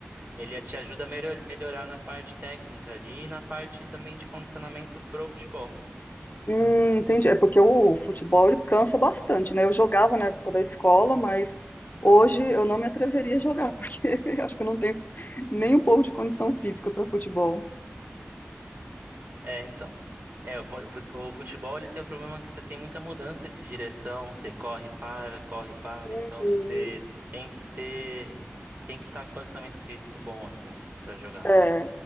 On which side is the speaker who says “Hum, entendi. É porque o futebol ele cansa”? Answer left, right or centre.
Left